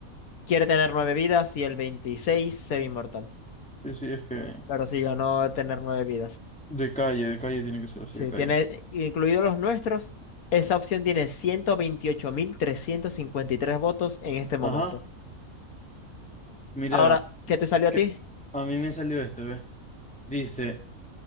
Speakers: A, on the left; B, in the centre.
A: quiere tener nueve vidas y el 26% ser inmortal.
B: Sí, sí, es que
A: Pero sí, yo no tener nueve vidas.
B: de calle, de calle tiene que ser así,
A: Sí,
B: de calle.
A: tiene incluidos los nuestros. Esa opción tiene 128.353 votos en este momento.
B: Ajá, mira.
A: Ahora, ¿qué te salió
B: que-
A: a ti?
B: A mí me salió este ¿ves? Dice,